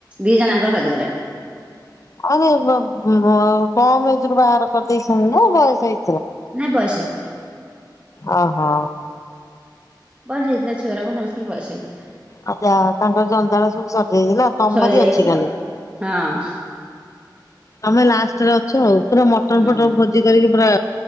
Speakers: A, on the right; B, on the left.
A: ଦି ଜଣ ଆଙ୍କ ସରିଗଲାଣି।
B: <unintelligible> କମ ଏଜ୍ ରୁ ବାହାଘର କରିଦେଇଛନ୍ତି ନା ବୟସ ହେଇ
A: ନାଇଁ ବୟସ ହେଇଥିଲା।
B: ଓ ହୋ।
A: ବୟଶ ହେଇଥିଲା ଛୁଆଗୁରାଙ୍କୁ ସମସ୍ତିଙ୍କି ବୟସ ହେଇଥିଲା।
B: ଆଚ୍ଛା ତାଙ୍କର ଜଞ୍ଜାଳ ସବୁ ସରିଯାଇଚି ନା ତମରି
A: ସରି ଯାଇଛି
B: ଅଛି ଖାଲି।
A: ଆଉ ହଁ
B: ତମେ ଲାଷ୍ଟରେ ଅଛ ଆଉ ପୁରା ମଟନ
A: ହଁ
B: ଫଟନ ଭୋଜି କରିକି ପୁରା